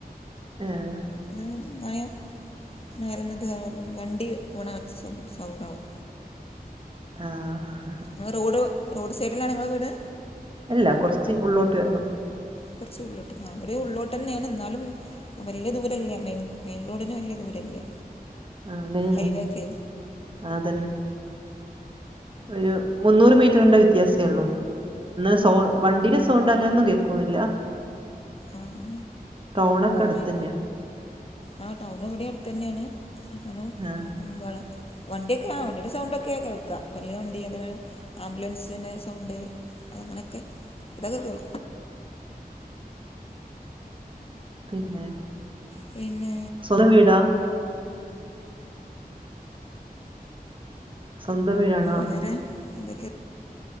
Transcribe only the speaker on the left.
അത് മയം നേര നിത് വണ്ടി പോണച്ച സൗണ്ട സൗണ്ടാവും
ങ്ങ റോഡ് റോഡ് സൈഡിലാണിങ്ങളെ വീട്
കൊർച് ഉള്ളോട്ട് ഇവടിം ഉള്ളിലോട്ടന്നെന് ന്നാലും വല്യ ദൂരല്ല മെയിൻ മെയിൻ റോഡിന് വല്യ ദൂരല്ല്യ
ഹൈവേക്കെ
ആ ആ.
ഹൈ- ആ ടൗൺ എവിടെ അടുത്തന്നേന് എന്നാലു
വടെ വണ്ടിയൊക്കെ ആ വണ്ടിയുടെ സൗണ്ട ഒക്കെ കേൾക്കാ വല്യ വണ്ടി അങ്ങനെ ആംബുലൻസിന് സൗണ്ട് അങ്ങനെയൊക്കെ ഇതൊക്കെ കേൾ
പിന്നെ
വേറെ എന്തൊക്കെ